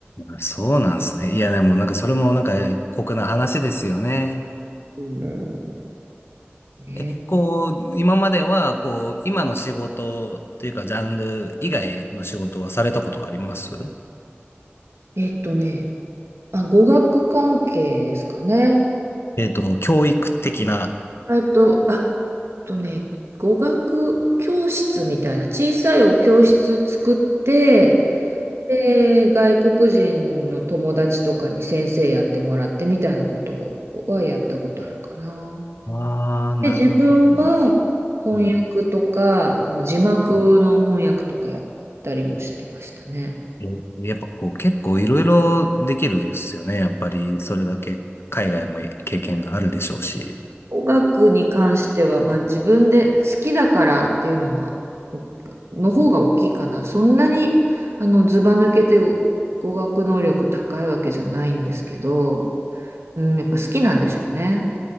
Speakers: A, on the left; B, on the right.
A: あそうなんですね。いや、でもなんかそれもなんか酷な話ですよね。
B: うんね
A: え、こう、今までは、こう、今の仕事っていうか、ジャンル以外の仕事はされたことあります
B: えっとね、あ、語学関係ですかね。
A: えっと、教育的な。
B: えっと、あ、えっとね、語学教室みたいな、小さいお教室作って、で、外国人の友達とかに先生やってもらってみたいなことはやったことあるかな。
A: ああー、
B: で、
A: なるほど。
B: 自分は翻訳とか、
A: うん
B: あの字幕の翻訳とかやったりもしてましたね。
A: えやっぱこう、結構いろいろできるっすよね。やっぱり、それだけ海外も経験があるでしょうし。
B: 語学に関しては、まあ自分で好きだからっていうのは、おの方が大きいかな。そんなに、あの、ずば抜けて語語学能力高いわけじゃないんですけど、うん、やっぱ好きなんでしょうね。